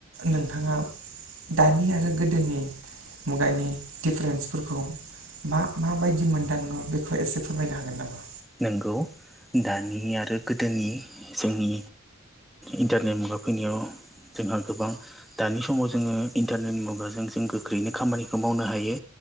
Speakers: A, on the right (about 80°); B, in the centre.
A: नोंथाङा दानि आरो गोदोनि मुगानि दिफारेन्सफोरखौ मा माबायदि मोनदाङो बेखौ एसे फोरमायनो हागोन नामा?
B: नोंगौ दानि आरो गोदोनि जोंनि इन्टारनेट मुगा फैनायाव जोंहा गोबां दानि समाव जोङो इन्टारनेटनि मुगाजों जों गोख्रैनो खामानिखौ मावनो हायो।